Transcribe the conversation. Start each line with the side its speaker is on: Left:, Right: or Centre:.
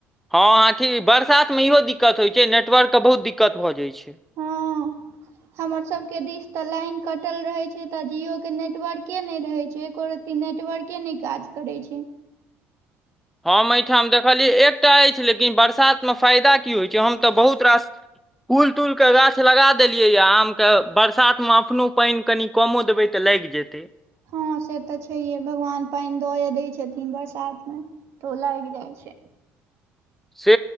Centre: हां अथी बरसातमे इहो दिक्कत होय छै नेटवर्क के बहुत दिक्कत भऽ जाय छै।
Right: हां। हमर सब के दिस ते लेन कटल रहे छै तऽ जियो के नेटवर्के नै रहे छै एको र ती नेटवर्के नै काज करै छै।
Centre: हम एठाम देखलियै एकटा एछ लेकिन बरसातमे फायदा की होय छै हम तऽ बहुत रास फूल-तूल के गाछ लगा देलियैया आम के बरसात मे अपनो पेएन कनि कमो देबै तऽ लाएग जेतै।
Right: हां से तऽ छैये भगवान पेएन दए दय छथिन बरसात मे तऽ उ लाएग जाय छै।
Centre: से